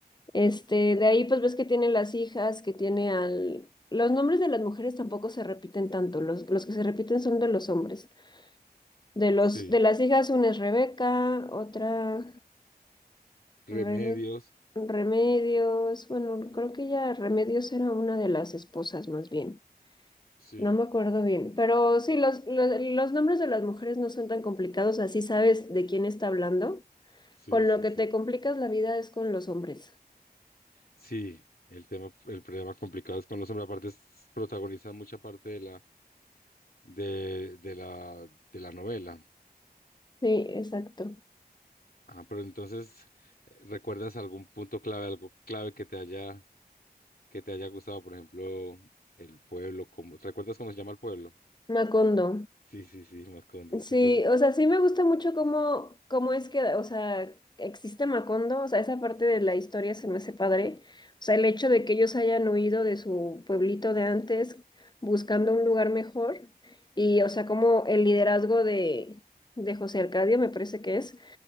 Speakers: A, on the left; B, on the left.
A: Este, de ahí pues ves que tiene las hijas, que tiene al... Los nombres de las mujeres tampoco se repiten tanto, los, los que se repiten son de los hombres. De los,
B: Sí,
A: de las hijas una es Rebeca, otra
B: Remedios,
A: Rebe- Remedios, bueno, creo que ya Remedios era una de las esposas más bien.
B: sí,
A: No me acuerdo bien, pero sí, los, los, los nombres de las mujeres no son tan complicados, así sabes de quién está hablando.
B: sí,
A: Con
B: sí,
A: lo que
B: sí.
A: te complicas la vida es con los hombres.
B: Sí, el tema, el problema complicado es con los hombres, aparte es- protagonizan mucha parte de la, de, de la, de la novela.
A: Sí, exacto.
B: Ah, pero entonces, eh, ¿recuerdas algún punto clave, algo clave que te haya, que te haya gustado? Por ejemplo, el pueblo, ¿cómo, ¿recuerdas cómo se llama el pueblo?
A: Macondo.
B: Sí, sí, sí, Macondo,
A: Sí,
B: súper.
A: o sea, sí me gusta mucho cómo, cómo es que, o sea, existe Macondo, o sea, esa parte de la historia se me hace padre. O sea, el hecho de que ellos hayan huido de su pueblito de antes buscando un lugar mejor y, o sea, como el liderazgo de, de José Arcadio me parece que es,